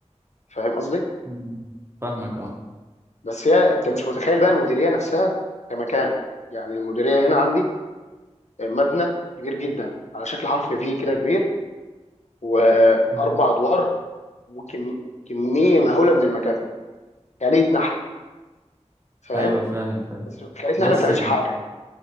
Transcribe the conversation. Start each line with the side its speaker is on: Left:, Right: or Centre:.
Left: فاهم قصدي؟
Right: مم. فاهمك اه
Left: بس هي انت مش متخيل بقى المديريه نفسها كمكان يعني المديريه هنا عندي مبنى كبير جدا على شكل حرف في كده كبير واربع
Right: مم.
Left: ادوار وكميه مهوله من المكاتب خليه نحل فاهم
Right: ايوه فاهم فاهم
Left: بس خليه نحل
Right: زي
Left: ما
Right: السجن
Left: بتعملش حاجه